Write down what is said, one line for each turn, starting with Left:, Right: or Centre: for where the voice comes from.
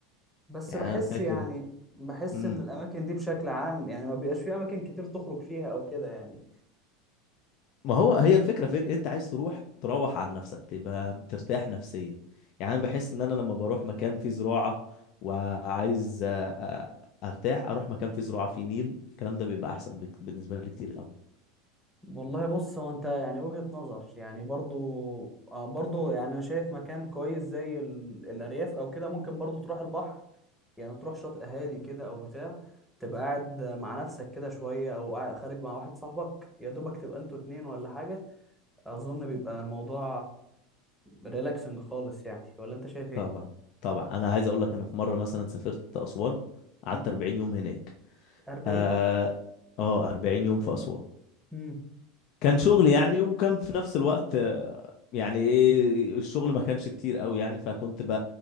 Centre: بس
Left: يعني
Centre: بحس
Left: انا فاكر
Centre: يعني بحس
Left: امم
Centre: ان الاماكن دي بشكل عام يعني ما بيبقاش في اماكن كتير تخرج فيها او كده يعني
Left: ما هو هي الفكره فين انت عايز تروح تروح عن نفسك تبقى ترتاح نفسيا يعني انا بحس ان انا لما بروح مكان فيه زراعه وعايز آه، آه، ارتاح اروح مكان فيه زراعه فيه نيل الكلام ده بيبقى احسن بك- بالنسبه لي كتير قوي
Centre: والله بص هو انت يعني وجهة نظر يعني برضو آه برضو يعني انا شايف مكان كويس زي ال... الارياف او كده ممكن برضو تروح البحر يعني تروح شاطئ هادي كده او بتاع تبقى قاعد مع نفسك كده شوية او قاعد- خارج مع واحد صاحبك يا دوبك تبقى انتوا اتنين ولا حاجة اظن بيبقى الموضوع ريلاكسنج خالص يعني ولا انت شايف ايه
Left: طبعا طبعا انا عايز اقول لك انا في مره مثلا سافرت اسوان قعدت
Centre: مم.
Left: 40 يوم هناك
Centre: 40
Left: اه
Centre: يوم
Left: آه، 40 يوم في اسوان
Centre: مم.
Left: كان شغل يعني وكان في نفس الوقت آه، يعني ايه الشغل ما كانش كتير قوي يعني فكنت ب...